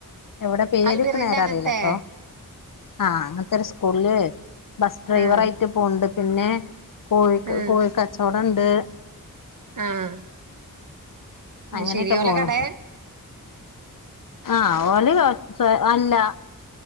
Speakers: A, on the left; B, on the right.
A: എവിടെ പേര്ക്ക്
B: അൽബിറിന്റെ
A: നേരെ
B: അങ്ങനത്തെ
A: അറീലട്ടോ. ആഹ്, അങ്ങൻത്തൊര് സ്കൂൾല് ബസ് ഡ്രൈവറായിട്ട്
B: ആഹ്
A: പോവ്ണ്ട്. പിന്നേ, കോഴിക്ക്
B: ആഹ്
A: കോഴിക്കച്ചോടംണ്ട്.
B: ആഹ്, അയ്ശെരി,
A: അങ്ങനെയൊക്കെ
B: ഓലെ
A: പോണു
B: കടേ?
A: ആഹ്, ഓല് കോ ർച്ചെ അല്ലാ,